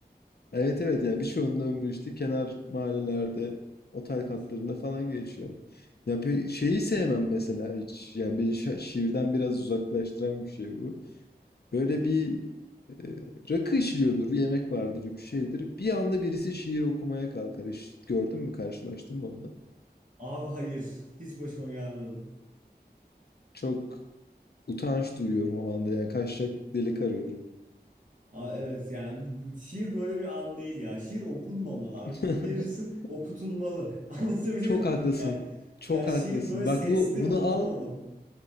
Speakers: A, on the left (about 70°); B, on the right (about 50°).
A: Evet evet ya birçoğunun ömrü işte kenar mahallelerde, otel
B: Evet.
A: katlarında falan geçiyor. Ya pe şeyi sevmem mesela hiç. Yani beni şa- şiirden biraz uzaklaştıran bir şey bu. Böyle bir e, rakı içiliyordur, yemek vardır, bir şeydir. Bir anda birisi şiir okumaya kalkar. Hiç gördün mü, karşılaştın mı onunla?
B: Abi hayır. Hiç başıma gelmedi.
A: Çok utanç duyuyorum o anda. Yani kaçacak delik arıyorum.
B: Abi evet yani bu- şiir böyle bir an değil ya. Şiir okunmamalı abi.
A: <laughs>
B: Verirsin okutulmalı. <laughs> Anlatabiliyor
A: Çok
B: muyum?
A: haklısın.
B: Yani,
A: Çok
B: ya
A: haklısın.
B: şiir böyle sesli
A: Bak bu bunu
B: okunmamalı.
A: al.